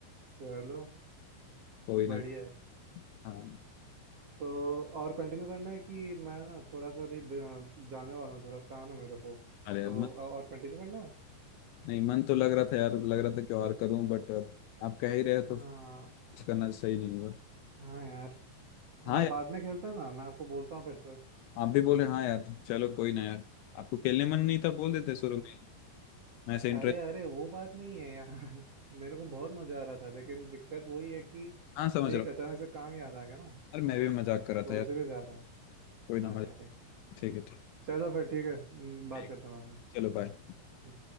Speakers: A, on the right; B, on the left.
A: चलो
B: कोई ना
A: बढ़िया है
B: हाँ
A: तो और कंटिन्यू करना है कि मैं ना थोड़ा सा अभी ब- अ, जाने वाला हूँ थोड़ा काम है मेरे को
B: अरे
A: तो
B: मन
A: अ- और कंटिन्यू करना है?
B: नहीं मन तो लग रहा था यार लग रहा था कि और करूं बट अब आप कह ही रहे तो
A: हाँ
B: कुछ करना सही नहीं हुआ
A: हाँ यार हाँ
B: हाँ यार
A: बाद में खेलता ना मैं आपको बोलता हूँ फिर से
B: आप भी बोले हाँ यार चलो कोई ना यार आपको खेलने मन नहीं था बोल देते शुरू में मैं ऐसे इंटरेस्ट
A: अरे अरे वो बात नहीं है यार <laughs> मेरे को बहुत मजा आ रहा था लेकिन दिक्कत वही है कि
B: हाँ समझ
A: एक
B: रहा हूँ
A: अचानक से काम याद आ गया ना
B: यार मैं भी मजाक कर रहा
A: तो
B: था यार
A: इसीलिए जा रहा है
B: कोई ना
A: अरे
B: मजाक
A: अरे
B: ठीक है ठीक
A: चलो फिर ठीक है हम्म, बात
B: ठीक,
A: करते हैं बाद
B: चलो बाय
A: में